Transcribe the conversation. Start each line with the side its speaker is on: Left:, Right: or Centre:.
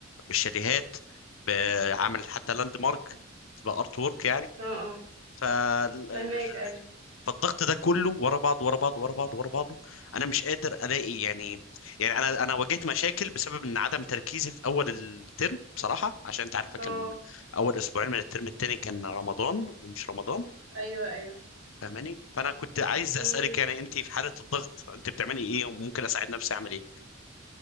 Left: بالشاليهات بعمل حتى لاند مارك بارت وورك
Right: اه اه
Left: يعني
Right: فهماك ايوه
Left: فالضغط ده كله ورا بعض ورا بعض ورا بعض ورا بعضه انا مش قادر الاقي يعني يعني انا انا واجهت مشاكل بسبب ان عدم تركيزي في اول الترم بصراحه عشان انت عارفه
Right: اه
Left: كان اول اسبوعين من الترم التاني كان رمضان ومش رمضان
Right: ايوه ايوه
Left: فاهماني فانا كنت عايز
Right: مم.
Left: اسالك يعني انت في حاله الضغط انت بتعملي ايه وممكن اساعد نفسي اعمل ايه